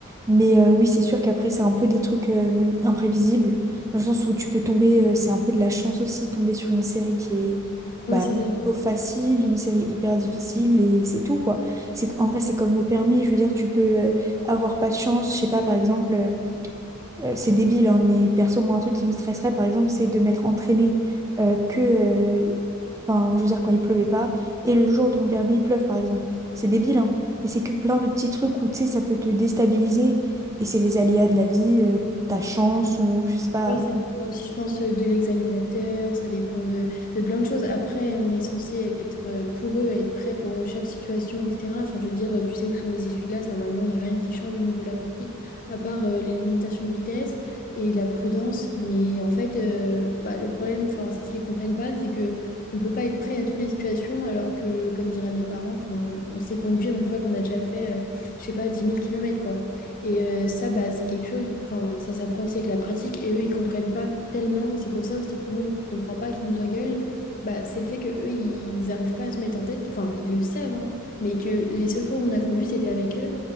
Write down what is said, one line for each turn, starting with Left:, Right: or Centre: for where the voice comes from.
Right: Mais euh, oui, c'est sûr qu'après, c'est un peu des trucs euh, imprévisibles, dans le sens où tu peux tomber, euh, c'est un peu de la chance aussi, tomber sur une série qui est bah,
Left: ouais, c'est ça.
Right: plutôt facile, une série hyper difficile, et c'est tout, quoi. C'est, qu- en vrai, c'est comme au permis, je veux dire, tu peux euh, avoir pas de chance, je sais pas, par exemple. euh, euh, c'est débile, hein, mais perso, moi, un truc qui me stresserait, par exemple, c'est de m'être entraînée euh, que, euh, enfin, je veux dire, quand il pleuvait pas, et le jour de mon permis, il pleuve, par exemple. C'est débile, hein, mais c'est que plein de petits trucs où, tu sais, ça peut te déstabiliser, et c'est les aléas de la vie, euh, ta chance, ou je sais pas.
Left: Ouais, ça dépend aussi, je pense, euh, de l'examinateur, ça dépend de, de plein de choses. Après, on est censé être euh, pour eux, être prêt pour chaque situation, etc. Enfin, je veux dire, tu sais où sont les essuie-glaces, normalement, il n'y a rien qui change au niveau de la conduite, à part euh, les limitations de vitesse et la prudence. Mais en fait, euh, bah, le problème, enfin, c'est ce qu'ils ne comprennent pas, c'est que on peut pas être prêt à toutes les situations, alors que, comme diraient mes parents, enfin, on sait conduire une fois qu'on a déjà fait, euh, je sais pas, 10 000 km, et euh, ça, bah, c'est quelque chose, enfin, ça s'apprend aussi avec la pratique. Et eux, ils comprennent pas tellement. Et c'est pour ça aussi que nous, on comprend pas qu'ils nous engueulent. Bah, c'est le fait que eux, ils n'arrivent pas à se mettre en tête. Enfin, ils le savent, hein, mais que les seules fois où on a conduit, c'était avec eux.